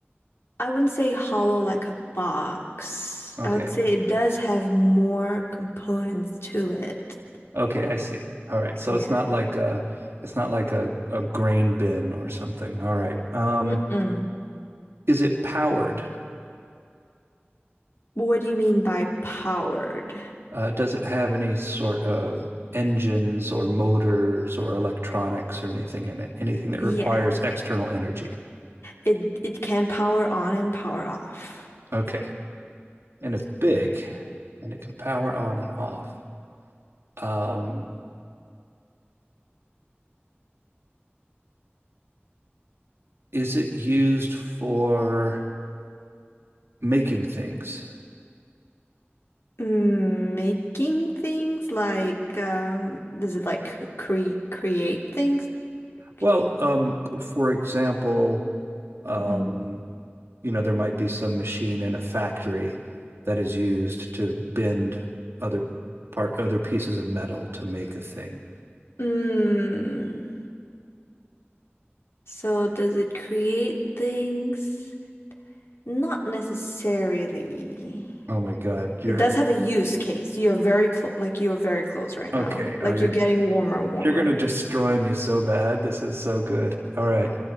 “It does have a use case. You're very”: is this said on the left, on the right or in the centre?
Left